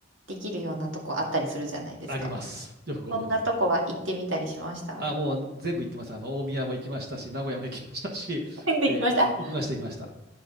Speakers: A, on the right; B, on the right.
A: できるようなとこあったりするじゃないですか。
B: あります。よくご存知で。
A: そんなとこは行ってみたりしました
B: あ、もう全部行ってます。あの、大宮も行きましたし、名古屋も行きましたし、
A: うんで
B: で、
A: <laughs> きました。
B: 行きました行きました。